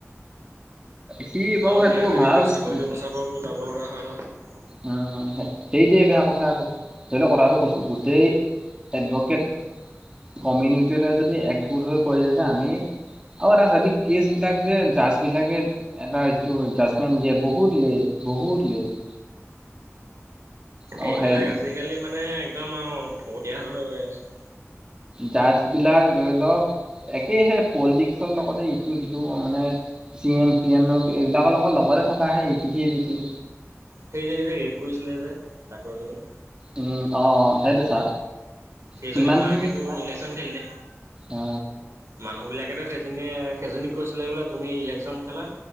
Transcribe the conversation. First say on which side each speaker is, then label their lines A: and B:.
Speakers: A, on the right; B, on the right.
A: সি, বাৰু
B: আৰু
A: সেইটো
B: সিহঁতে
A: ভাল
B: নিজৰ চাকৰিতটো
A: উম
B: বচাব যাব লগা হয় ন।
A: উম সেইটোৱে বেয়া কথা আকৌ ধৰি লওক কথাটো কৈছো গোটেই, এডভকেট কমিউনিটি যদি একগোট হৈ কৈ যায় যে আমি। আৰু এটা হেবিত কেচ বিলাক যে জাজ বিলাকে। এটা যিটো জাজমেন্ট দিয়ে বহুত লেট বহুত লেট। আৰু
B: এইবিলাক
A: সেই
B: আজিকালি মানে একদম আৰু ফকটীয়া হৈ হৈ গৈ আছে।
A: জাজ বিলাক ধৰি লওক। একেহে পলিটিক্সৰ লগতে ইটো সিটো মানে। চি এম পি এম এইবিলাকৰ লগত লগৰে থকা সেই ই পিঠি সি পিঠি,
B: সেইজনী যে ৰেপ কৰিছিলে যে ডাক্তৰ জনী।
A: উম অ অ সেইটো চা।
B: সেইজনী
A: সিমানখিনি
B: মাকেতো ইলেকচন খেলিলে।
A: অ
B: মানুহ বিলাকেতো সেইজনীয়ে সেইজনীক কৈছিলে বোলে তুমি ইলেকচন খেলা।